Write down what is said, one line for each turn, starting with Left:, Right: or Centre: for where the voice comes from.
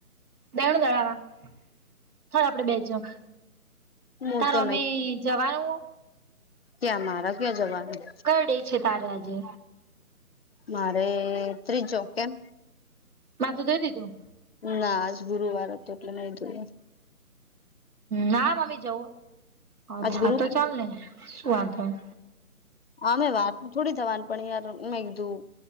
Right: દયણું ધરાવા હાલ આપણે બે જાય
Left: હું
Right: તાર
Left: તો
Right: અમે જવાનું હો??
Left: ત્યાં મારા ક્યા જવાનું?
Right: કયો ડે છે, તારે આજે?
Left: મારે ત્રીજો કેમ
Right: માથું તો માથું ધોઈ દીધું
Left: ના આજ ગુરુવાર તો એટલે નહી ધોયું
Right: ના મમ્મી જવું અ્છા
Left: આજ ગુરુ
Right: તો ચાલ ને શું વાત હોય
Left: અમે વાર તો થોડી થવાની પણ યાર મે મેં કીધું